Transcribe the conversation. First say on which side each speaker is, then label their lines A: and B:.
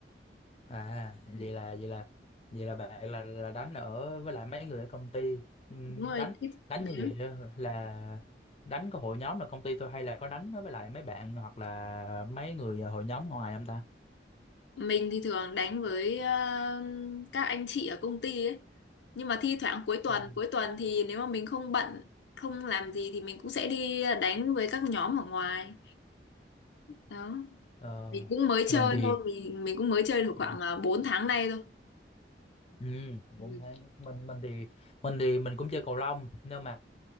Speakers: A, on the left (about 35°); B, on the left (about 80°).
A: À,
B: Ừ.
A: vậy là vậy là vậy là bạn là là đánh ở với lại mấy người ở công ty Ừm,
B: Đúng rồi,
A: đánh
B: thích
A: đánh
B: đánh
A: như vậy á, là đánh có hội nhóm là công ty thôi hay là có đánh với lại mấy bạn hoặc là mấy người hội nhóm ngoài không ta?
B: Mình thì thường đánh với ờ, các anh chị ở công ty ấy. Nhưng mà thi thoảng cuối tuần,
A: Ừm.
B: cuối tuần thì nếu mà mình không bận, không làm gì thì mình cũng sẽ đi đánh với các nhóm ở ngoài. Đó.
A: Ờ,
B: Mình cũng mới chơi
A: mình thì
B: thôi, mình mình cũng mới chơi được khoảng
A: <laughs>
B: uh, 4 tháng nay thôi.
A: Ừ,
B: Ừ.
A: cũng thế. Mình mình thì mình thì mình cũng chơi cầu lông nhưng mà